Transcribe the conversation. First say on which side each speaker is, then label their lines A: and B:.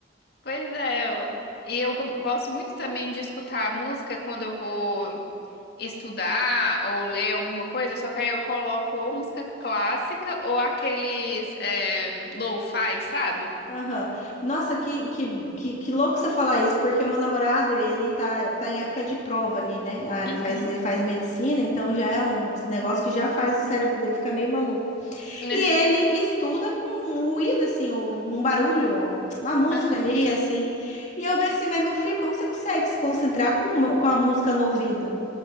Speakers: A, on the left (about 60°); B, on the left (about 40°).
A: Pois é, eu- e eu com- gosto muito também de escutar a música quando eu vou estudar ou ler alguma coisa, só que aí eu coloco ou música clássica ou aqueles é, lo-fi, sabe?
B: Aham. Nossa, que, que, que, que louco você falar isso, porque o meu namorado, ele tá, tá em época de prova ali, né? Ah, ele
A: Uhum.
B: faz, ele faz medicina, então já é um negócio que já faz o cérebro dele ficar meio maluco.
A: <laughs>
B: E ele estuda com um ruído, assim, um, um barulho, uma música
A: Ah,
B: ali, assim. E eu pensei, mas meu filho, como você consegue se concentrar com, uma- com a música no ouvido?